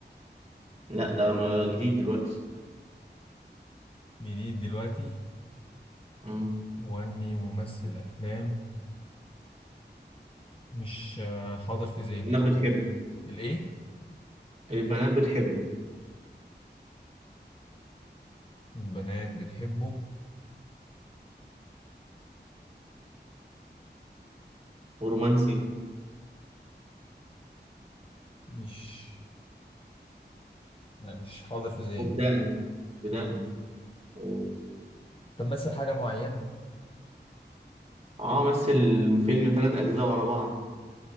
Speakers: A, on the right; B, on the left.
A: لا ده ما- جديد دلوقتي
B: جديد دلوقتي
A: مم.
B: مغني ممثل أفلام مش آه، حاضر في ذهني
A: البنات
B: خالص
A: بتحبه
B: الايه
A: البنات بتحبه
B: البنات بتحبه
A: ورومانسي
B: مش لا مش حاضر في ذهني
A: وبدقني بدقني وبليغ
B: طب مثل حاجة معينة
A: اه مثل فيلم ثلاث اجزاء ورا بعض